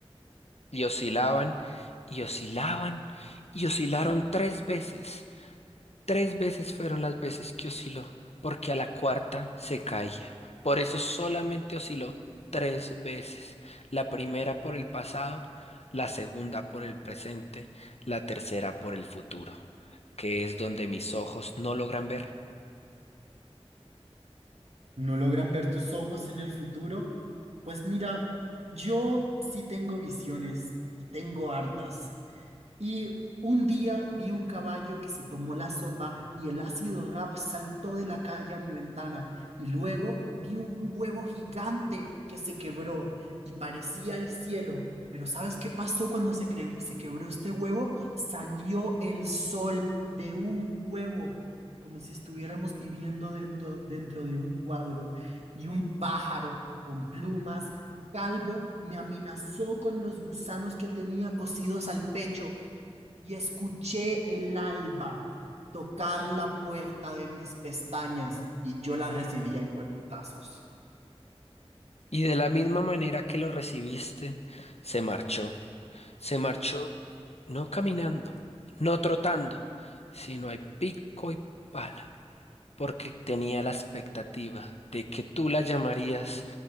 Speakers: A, on the left (about 75°); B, on the right (about 80°).
A: Y oscilaban, y oscilaban, y oscilaron tres veces. Tres veces fueron las veces que osciló, porque a la cuarta se caía. Por eso solamente osciló tres veces. La primera por el pasado, la segunda por el presente, la tercera por el futuro, que es donde mis ojos no logran ver.
B: ¿No logran ver tus ojos en el futuro? Pues mira, yo sí tengo visiones y tengo hartas. Y un día vi un caballo que se tomó la sopa y el ácido rap saltó de la calle a mi ventana. Y luego vi un huevo gigante que se quebró y parecía el cielo. Pero ¿sabes qué pasó cuando se, cre- se quebró este huevo? Salió el sol de un huevo, como si estuviéramos viviendo dentro, dentro de un cuadro. Y un pájaro con plumas, calvo, me amenazó con los gusanos que tenía cosidos al pecho y escuché el alba tocar la puerta de mis pestañas y yo la recibía y fue putazos.
A: Y de la misma manera que lo recibiste, se marchó. Se marchó no caminando, no trotando, sino a pico y pala. porque tenía la expectativa de que tú la llamarías,